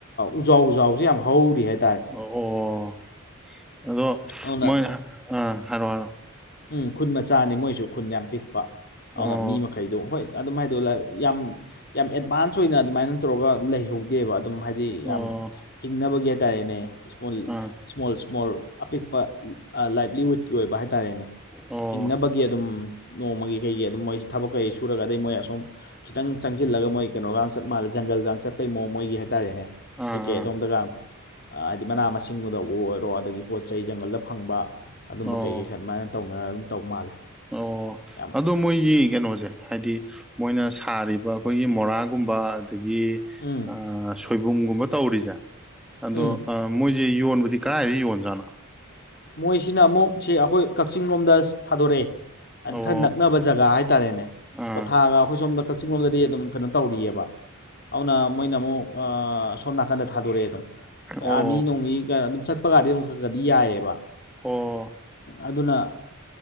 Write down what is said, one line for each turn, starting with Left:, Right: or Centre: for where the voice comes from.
Left: ꯎꯖꯥꯎ ꯎꯖꯥꯎꯁꯦ ꯌꯥꯝ ꯍꯧꯔꯤ ꯍꯥꯏꯕ
Centre: ꯑꯣ ꯑꯣ ꯑꯗꯣ
Left: ꯑꯗꯨꯅ
Centre: ꯃꯣꯏꯅ ꯑꯥ ꯍꯥꯏꯔꯣꯑꯣ ꯍꯥꯏꯔꯣꯑꯣ
Left: ꯎꯝ ꯈꯨꯟ ꯃꯆꯥꯅꯤ ꯃꯣꯏꯁꯨ ꯈꯨꯟ ꯌꯥꯝ ꯄꯤꯛꯄ
Centre: ꯑꯣ
Left: ꯑꯗꯨꯅ ꯃꯤ ꯃꯈꯜ ꯃꯈꯩꯗꯣ ꯍꯣꯏ ꯑꯗꯨꯝꯥꯏꯗꯣ ꯌꯥꯝ ꯌꯥꯝ ꯑꯦꯗꯚꯥꯟꯁ ꯑꯣꯏꯅ ꯑꯗꯨꯃꯥꯏꯅ ꯇꯧꯔꯒ ꯂꯩꯍꯧ ꯗꯦꯕ ꯑꯗꯨꯝ ꯍꯥꯏꯗꯤ
Centre: ꯑꯣ
Left: ꯌꯥꯝ ꯍꯤꯡꯅꯕꯒꯤ ꯍꯥꯏꯇꯥꯔꯦꯅꯦ ꯏꯁꯃꯨꯜ
Centre: ꯑꯥ
Left: ꯁ꯭ꯃꯣꯜ ꯁ꯭ꯃꯣꯜ ꯑꯄꯤꯛꯄ ꯂꯥꯏꯕꯂꯤꯋꯨꯗꯀꯤ ꯑꯣꯏꯕ ꯍꯥꯏꯇꯥꯔꯦꯅꯦ
Centre: ꯑꯣ
Left: ꯍꯤꯡꯅꯕꯒꯤ ꯑꯗꯨꯝ ꯅꯣꯡꯃꯒꯤ ꯀꯩꯒꯤ ꯑꯗꯨꯝ ꯃꯣꯏꯁꯤ ꯊꯕꯛꯈꯩ ꯁꯨꯔꯒ ꯑꯗꯩ ꯃꯣꯏ ꯑꯁꯨꯝ ꯈꯤꯇꯪ ꯆꯪꯁꯤꯜꯂꯒ ꯃꯣꯏ ꯀꯩꯅꯣꯒ ꯆꯠ ꯃꯥꯜꯂꯦ ꯖꯪꯒꯜꯒ ꯆꯠꯇꯩ ꯃꯣ ꯃꯣꯏꯒꯤ ꯍꯥꯏꯗꯤ ꯍꯥꯏꯇꯥꯔꯦꯅꯦ
Centre: ꯑꯥ
Left: ꯀꯩꯀꯩ
Centre: ꯑꯥ
Left: ꯑꯗꯣꯝꯗꯒ ꯍꯥꯏꯗꯤ ꯃꯅꯥ ꯃꯁꯤꯡꯕꯨꯗꯕꯨ ꯑꯣꯏꯔꯣ ꯑꯗꯒꯤ ꯄꯣꯠ ꯆꯩ ꯖꯪꯒꯜꯗ ꯐꯪꯕ ꯑꯗꯨꯝꯕ
Centre: ꯑꯣ
Left: ꯀꯩꯀꯩ ꯑꯗꯨꯃꯥꯏꯅ ꯇꯧꯅꯔ ꯑꯗꯨꯝ ꯇꯧ ꯃꯥꯜꯂꯦ
Centre: ꯑꯣ
Left: ꯌꯥꯝ
Centre: ꯑꯗꯨꯣ ꯃꯣꯏꯒꯤ ꯀꯩꯅꯣꯁꯦ ꯍꯥꯏꯗꯤ ꯃꯣꯏꯅ ꯁꯥꯔꯤꯕ ꯑꯩꯈꯣꯏꯒꯤ ꯃꯣꯔꯥꯒꯨꯝꯕ ꯑꯗꯒꯤ
Left: ꯎꯝ
Centre: ꯑ ꯁꯣꯏꯕꯨꯝꯒꯨꯝꯕ ꯇꯧꯔꯤꯁꯦ ꯑꯗꯣ
Left: ꯎꯝ
Centre: ꯃꯣꯏꯁꯤ ꯌꯣꯟꯕꯗꯤ ꯀꯗꯥꯥꯏꯏꯗ ꯌꯣꯟꯖꯥꯠꯅꯣ
Left: ꯃꯣꯏꯁꯤꯅ ꯑꯃꯨꯛꯁꯦ ꯑꯩꯈꯣꯏ ꯀꯛꯆꯤꯡ ꯂꯣꯝꯗ ꯊꯥꯗꯣꯔꯛꯑꯦ ꯍꯥꯏꯅ
Centre: ꯑꯣ
Left: ꯈꯔ ꯅꯛ ꯀꯛꯅꯕ ꯖꯒꯥ ꯍꯥꯏꯇꯥꯔꯦꯅꯦ
Centre: ꯑꯥ
Left: ꯀ꯭ꯋꯥꯊꯥꯒ ꯑꯩꯈꯣꯏ ꯁꯣꯝꯗ ꯀꯛꯆꯤꯡ ꯂꯣꯝꯗꯗꯤ ꯑꯗꯨꯝ ꯀꯩꯅꯣ ꯇꯧꯔꯤꯑꯕ ꯑꯗꯨꯅ ꯃꯣꯏꯅ ꯑꯃꯨꯛ ꯁꯣꯝ ꯅꯥꯀꯟꯗ ꯊꯥꯗꯣꯔꯛꯑꯦ ꯑꯗꯨꯝ ꯑꯩꯣꯏ
Centre: ꯑꯣ
Left: ꯑꯥꯔꯃꯤ ꯅꯣꯡꯃꯤ ꯑꯗꯨꯝ ꯆꯠꯄꯒꯗꯤ ꯑꯗꯨꯝ ꯈꯔꯒꯗꯤ ꯌꯥꯏꯑꯌꯦꯕ
Centre: ꯑꯣ
Left: ꯑꯗꯨꯅ